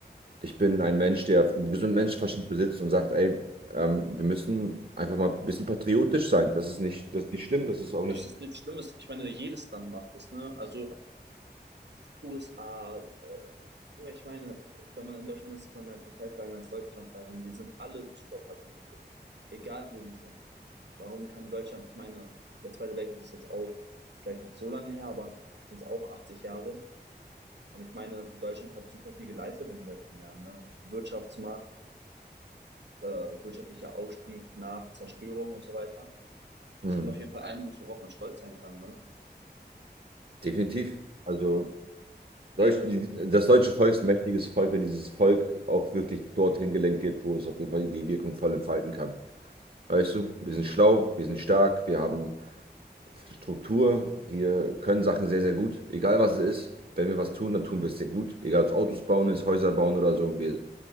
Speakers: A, on the right; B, on the right.
A: ich bin ein Mensch, der einen gesunden Menschenverstand besitzt und sagt, ey, ähm, wir müssen einfach mal ein bisschen patriotisch sein. Das ist nicht, das ist nicht schlimm, das ist auch
B: Das
A: nicht.
B: ist nichts Schlimmes. Ich meine, jedes Land macht es, ne? Also USA, äh, ich meine, wenn man in Deutschland ist, sieht man mehr Türkei-Flaggen als Deutschland-Flaggen. Die sind alle super patriotisch, egal wo die sind. Warum kann Deutschland, ich meine, der Zweite Weltkrieg ist jetzt auch vielleicht nicht so lange her, aber sind es auch 80 Jahre. Und ich meine, Deutschland hat super viel geleistet in den letzten Jahren. Ne? Wirtschaftsmacht, äh, wirtschaftlicher Aufstieg nach Zerstörung und so weiter.
A: Mhm.
B: Es gibt auf jeden Fall einiges, worauf man stolz sein kann. Ne?
A: Definitiv. Also Deutsch- die- Das deutsche Volk ist ein mächtiges Volk, wenn dieses Volk auch wirklich dorthin gelenkt wird, wo es auf jeden Fall die Wirkung voll entfalten kann. Weißt du, wir sind schlau, wir sind stark, wir haben Struktur, wir können Sachen sehr, sehr gut. Egal was es ist, wenn wir was tun, dann tun wir es sehr gut. Egal ob es Autos bauen ist, Häuser bauen oder so. Wir,